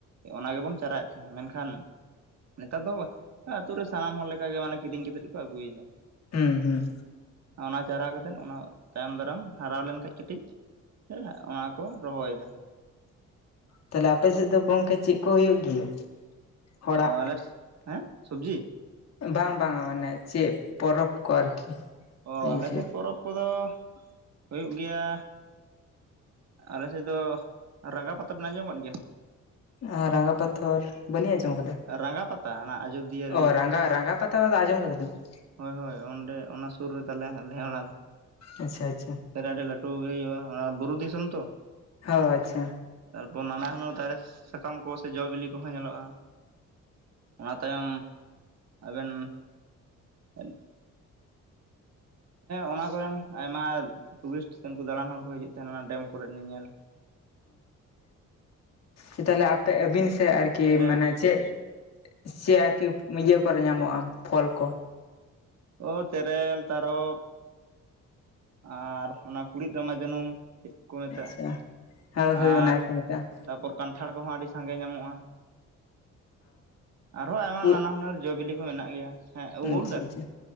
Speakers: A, on the right; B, on the left.
A: ᱚᱱᱟ ᱜᱮᱵᱚᱱ ᱪᱟᱨᱟᱭᱮᱫ ᱛᱟᱦᱮᱸᱱᱟ ᱢᱮᱱᱠᱷᱟᱱ ᱱᱮᱛᱟᱨ ᱫᱚ ᱟᱹᱛᱩ ᱨᱮ ᱥᱟᱱᱟᱢ ᱦᱚᱲ ᱞᱮᱠᱟᱜᱮ ᱢᱟᱱᱮ ᱠᱤᱨᱤᱧ ᱠᱟᱛᱮ ᱠᱚ ᱟᱹᱜᱩᱭ ᱫᱟ᱾
B: ᱦᱮᱸ ᱦᱮᱸ
A: ᱚᱱᱟ ᱪᱟᱨᱟ ᱠᱟᱛᱮᱫ ᱚᱱᱟ ᱛᱟᱭᱚᱢ ᱫᱟᱨᱟᱢ ᱦᱟᱨᱟ ᱞᱮᱱᱠᱷᱟᱡ ᱠᱟᱹᱴᱤᱡ ᱥᱮ ᱚᱱᱟ ᱠᱚ ᱨᱚᱦᱚᱭᱮᱫᱟ᱾
B: ᱛᱟᱦᱚᱞᱮ ᱟᱯᱮ ᱥᱮᱫ ᱫᱚ ᱜᱚᱝᱠᱮ ᱪᱮᱫ ᱠᱚ ᱦᱩᱭᱩᱜ ᱜᱮᱭᱟ ᱦᱚᱲᱟᱜ
A: ᱚ ᱟᱞᱮ ᱦᱮᱸ ᱥᱚᱵᱽᱡᱤ
B: ᱵᱟᱝ ᱵᱟᱝᱟ ᱢᱟᱱᱮ ᱪᱮᱫ ᱯᱚᱨᱚᱵᱽ ᱠᱚ ᱟᱨᱠᱤ
A: ᱚᱻ
B: ᱮᱭ
A: ᱟᱞᱮ
B: ᱪᱮᱫ
A: ᱥᱮᱱ ᱯᱚᱨᱚᱵᱽ ᱠᱚᱫᱚ ᱦᱩᱭᱩᱜ ᱜᱮᱭᱟ ᱟᱞᱮ ᱥᱮᱫ ᱫᱚ ᱨᱟᱸᱜᱟ ᱯᱟᱛᱟᱞ ᱵᱮᱱ ᱟᱸᱡᱚᱢ ᱟᱠᱟᱫ ᱜᱮᱭᱟ
B: ᱟᱨ ᱨᱟᱸᱜᱟ ᱯᱟᱛᱷᱚᱨ ᱵᱟᱹᱞᱤᱧ ᱟᱸᱡᱚᱢ ᱟᱠᱟᱫᱟ
A: ᱨᱟᱸᱜᱟ ᱯᱟᱛᱟ ᱚᱱᱟ ᱟᱡᱳᱫᱤᱭᱟᱹᱮ ᱦᱩᱭᱩᱜᱼᱟ
B: ᱚ ᱨᱟᱸᱜᱟ ᱨᱟᱸᱜᱟ ᱯᱟᱛ ᱛ ᱫᱚ ᱟᱸᱡᱚᱢ ᱟᱠᱟᱫᱟᱹᱧ <unintelligible>
A: ᱦᱳᱭ ᱦᱳᱭ ᱚᱸᱰᱮ ᱚᱱᱟ ᱥᱩᱨ ᱨᱮ ᱛᱟᱞᱮ ᱟᱞᱮ ᱚᱲᱟᱜ ᱪᱚ
B: ᱟᱪᱪᱷᱟ ᱟᱪᱪᱷᱟ
A: ᱨᱮ ᱟᱹᱰᱤ ᱞᱟᱹᱴᱩ ᱜᱮ ᱦᱩᱭᱩᱜᱼᱟ ᱚᱱᱟ ᱵᱩᱨᱩ ᱫᱤᱥᱚᱢ ᱛᱚ
B: ᱚ ᱟᱪᱪᱷᱟ᱾
A: ᱛᱟᱨᱯᱚᱨ ᱱᱟᱱᱟ ᱦᱩᱱᱟᱹᱨ ᱫᱟᱨᱮ ᱥᱟᱠᱟᱢ ᱠᱚ ᱥᱮ ᱡᱚᱼ ᱵᱤᱞᱤ ᱠᱚᱦᱚᱸ ᱧᱮᱞᱚᱜᱼᱟ ᱚᱱᱟ ᱛᱟᱭᱚᱢ ᱟᱵᱮᱱ ᱦᱮᱸ ᱚᱱᱟ ᱠᱚᱨᱮᱱ ᱟᱭᱢᱟ ᱴᱩᱨᱤᱥᱴ ᱥᱮᱮᱱ ᱠᱚ ᱫᱟᱬᱟᱱ ᱦᱚᱲ ᱠᱚ ᱦᱤᱡᱩᱜ ᱛᱟᱦᱮᱱᱟ ᱚᱱᱟ ᱰᱮᱢ ᱠᱚᱨᱮ ᱧᱮᱧᱮᱞ᱾
B: ᱚ ᱛᱟᱦᱚᱞᱮ ᱟᱯᱮ ᱟᱹᱵᱤᱱ ᱥᱮᱫ ᱟᱨᱠᱤ
A: ᱦᱳᱭ ᱞᱟᱹᱭ
B: ᱢᱟᱱᱮ
A: ᱵᱮᱱ
B: ᱪᱮᱫ ᱥᱮ ᱟᱨᱠᱤ ᱤᱭᱟᱹ ᱠᱚᱨᱮ ᱧᱟᱢᱚᱜᱼᱟ ᱯᱷᱚᱞ ᱠᱚ
A: ᱚ ᱛᱮᱨᱮᱞ ᱛᱟᱨᱚᱯ ᱟᱨ ᱚᱱᱟ ᱠᱩᱲᱤᱫ ᱨᱢᱟᱟ ᱡᱟᱹᱱᱩᱢ ᱪᱮᱫ ᱠᱚ ᱢᱮᱛᱟᱜᱼᱟ᱾
B: ᱟᱪᱪᱷᱟ ᱦᱳᱭ
A: ᱟᱨ
B: ᱦᱳᱭ ᱚᱱᱟ ᱜᱮᱠᱚ ᱢᱮᱛᱟᱜᱼᱟ
A: ᱛᱟᱯᱚᱨ ᱠᱟᱱᱴᱷᱟᱲ ᱠᱚᱦᱚᱸ ᱟᱹᱰᱤ ᱥᱟᱸᱜᱮ ᱧᱟᱢᱚᱜᱼᱟ ᱟᱨᱦᱚᱸ ᱟᱭᱢᱟ
B: ᱩᱫ
A: ᱱᱟᱱᱟ ᱦᱩᱱᱟᱹᱨ ᱡᱚ ᱵᱤᱞᱤ ᱠᱚ ᱢᱮᱱᱟᱜ ᱜᱮᱭᱟ᱾ ᱦᱮᱸ ᱩᱞ
B: ᱟᱪᱪᱷᱟ
A: ᱫᱟᱨᱮ
B: ᱟᱪᱪᱷᱟ